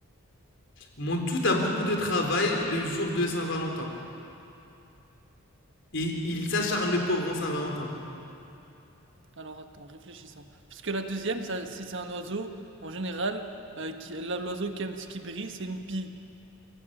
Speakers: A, on the left; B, on the right.
A: Mon tout a beaucoup de travail le jour de Saint-Valentin. Et il s'acharne le pauvre en Saint-Valentin.
B: Alors attends, réfléchissons. Parce que la deuxième, ça, si c'est un oiseau, en général, euh, qui, là, l'oiseau qui aime ce qui brille, c'est une pie.